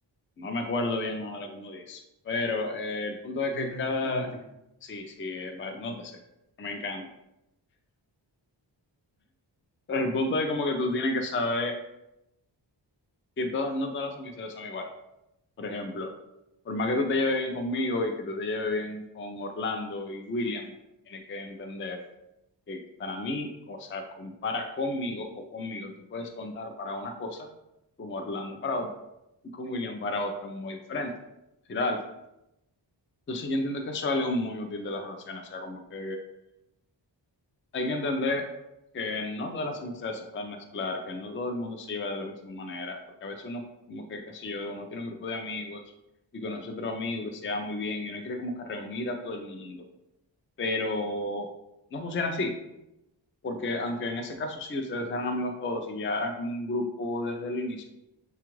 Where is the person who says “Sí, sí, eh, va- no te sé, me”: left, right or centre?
Left